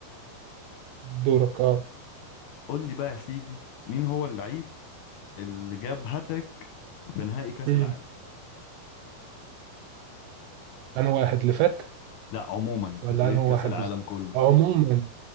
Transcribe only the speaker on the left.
قول لي بقى يا سيدي مين هو اللعيب اللي جاب هاتريك في نهائي كأس
العالم
لا عموما
في تاريخ
كأس
العالم
كله